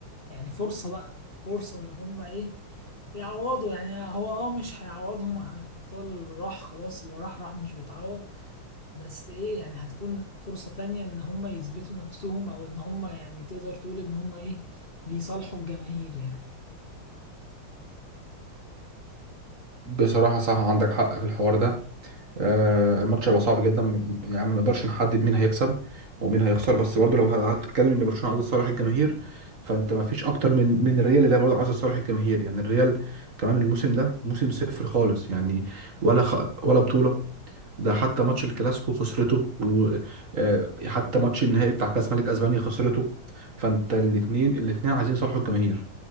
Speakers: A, on the left (about 35°); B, on the right (about 40°).
A: يعني فرصة بقى فرصة ان هم ايه يعوضوا يعني هو اه مش هيعوضهم عن الابطال اللي راح خلاص اللي راح راح مش بيتعوض بس ايه يعني هتكون فرصة تانية ان هم يثبتوا نفسهم او ان هم يعني تقدر تقول ان هم ايه بيصالحوا الجماهير يعني
B: بصراحة صح عندك حق في الحوار ده آه، الماتش هيبقى صعب جدا يعني ما نقدرش نحدد مين هيكسب ومين هيخسر بس برضه لو هتتكلم ان برشلونه عايز صالح الجماهير فانت ما فيش اكتر من من الريال اللي هي برضه عايز صالح الجماهير يعني الريال كمان الموسم ده موسم صفر خالص يعني ولا خ... ولا بطوله ده حتى ماتش الكلاسيكو خسرته وحتى ماتش النهائي بتاع كاس ملك اسبانيا خسرته فانت الاثنين الاثنين عايزين يصالحوا الجماهير